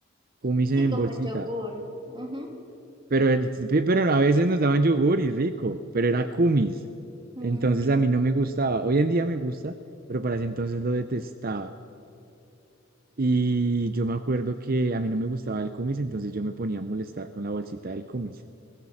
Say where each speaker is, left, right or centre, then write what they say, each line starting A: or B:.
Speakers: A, on the right (about 45°); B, on the right (about 20°).
A: kumis
B: Sí,
A: en
B: como
A: bolsita,
B: yogur. Ujú.
A: pero, el- pero a veces nos daban yogur y rico, pero era kumis,
B: Mm,
A: entonces a mí no me gustaba, hoy en día me gusta, pero para ese entonces lo detestaba. Y yo me acuerdo que a mí no me gustaba el kumis, entonces yo me ponía a molestar con la bolsita del kumis.